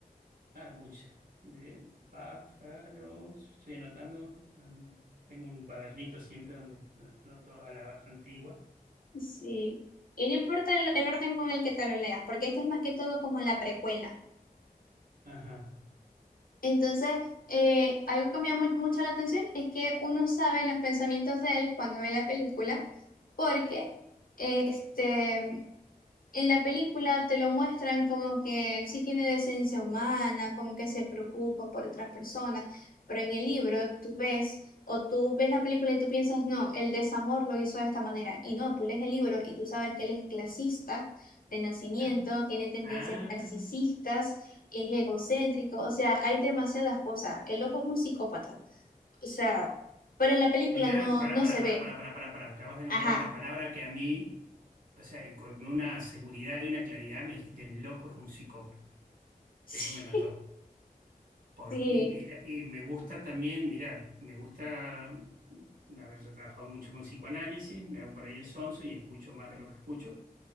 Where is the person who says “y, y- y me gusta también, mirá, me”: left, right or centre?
Right